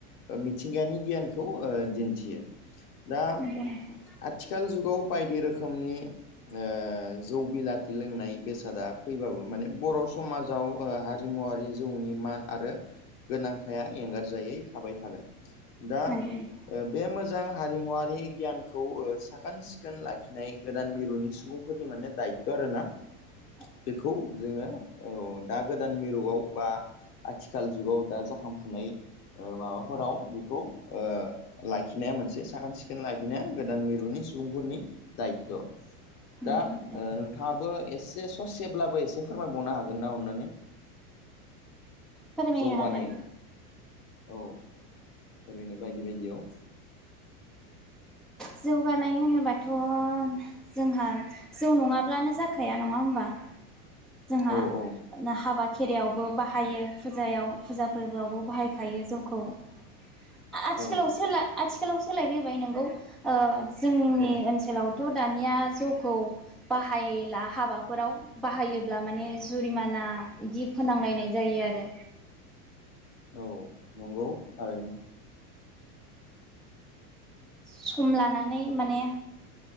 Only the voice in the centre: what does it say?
नंगौ नोंथां।
नंगौ नोंथां नंगौ नोंथां
<inaudible>
नंगौ नोंथां
फोरमायनो
हागोन
जौगानाय होनोबाथ' जोंहा जौ नङाब्लानो जाखाया नङा होमबा? जोंहा
हाबा खेरायावबो बाहायो फुजायाव फुजा फोरबो आवबो बाहायखायो जौखौ। <inaudible> आथिखालाव
सोला आथिखालाव सोलायफैबाय नोंगौ ओ जोंनि
ओनसोलावथ' दानिया जौखौ बाहायला हाबाफोराव बाहायो अब्ला माने जुरिमाना इदि फोनांलायनाय जायो आरो।
सम लानानै माने